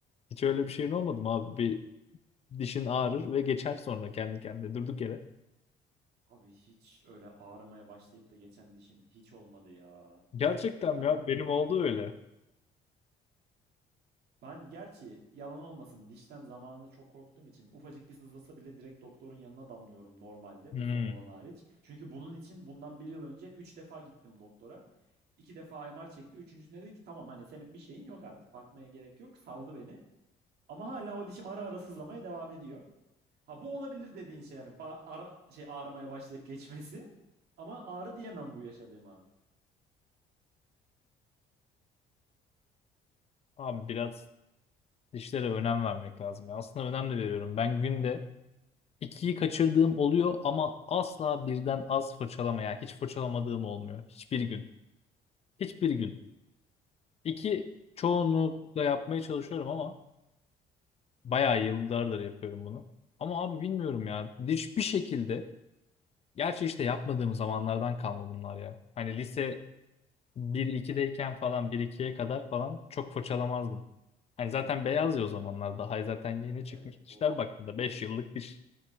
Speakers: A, on the left (about 35°); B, on the right (about 70°).
A: Hiç öyle bir şeyin olmadı mı abi? Bir dişin ağrır ve geçer sonra kendi kendine durduk yere.
B: Abi hiç öyle ağrımaya başlayıp da geçen dişim hiç olmadı ya.
A: Gerçekten
B: Ben
A: mi ya benim oldu öyle.
B: Ben gerçi yalan olmasın dişten zamanında çok korktuğum için ufacık bir sızlasa bile direkt doktorun yanına damlıyorum normalde
A: Hmm.
B: bu son olan hariç. Çünkü bunun için bundan bir yıl önce 3 defa gittim doktora. iki defa MR çekti. Üçüncüsünde dedi ki tamam hani senin bir şeyin yok artık bakmaya gerek yok. Saldı beni. Ama hala o dişim ara ara sızlamaya devam ediyor. Ha bu olabilir dediğin şey yani ba- ara şey ağrımaya başlayıp geçmesi. Ama ağrı diyemem bu yaşadığıma.
A: Abi biraz dişlere önem vermek lazım ya. Aslında önem de veriyorum. Ben günde ikiyi kaçırdığım oluyor ama asla birden az fırçalama yani hiç fırçalamadığım olmuyor. Hiçbir gün. Hiçbir gün. İki çoğunlukla
B: Aa,
A: yapmaya çalışıyorum ama bayağı yıllardır yapıyorum bunu. Ama abi bilmiyorum ya. Diş bir şekilde gerçi işte yapmadığım zamanlardan kalma bunlar ya. Hani lise 1-2'deyken falan bir ikiye kadar falan çok fırçalamazdım. Hani zaten beyaz ya o zamanlar daha zaten yeni çıkmış
B: evet
A: dişler
B: doğru.
A: baktığında 5 yıllık diş